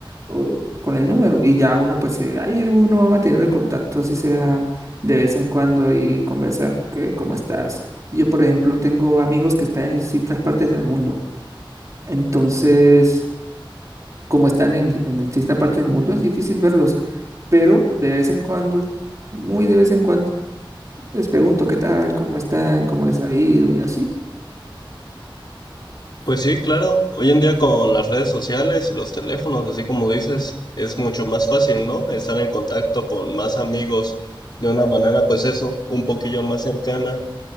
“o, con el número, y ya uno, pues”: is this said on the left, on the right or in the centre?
Right